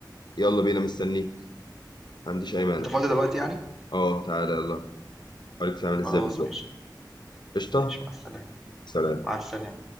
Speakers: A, on the left (about 70°); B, in the centre.
A: يلا بينا مستنيك ما عنديش اي مانع
B: أنت فاضي دلوقتي يعني؟
A: اه تعالى يلا اوريك تعمل ازاي
B: خلاص
A: بالظبط
B: ماشي،
A: قشطه
B: ماشي مع السلامة،
A: سلام
B: مع السلامة.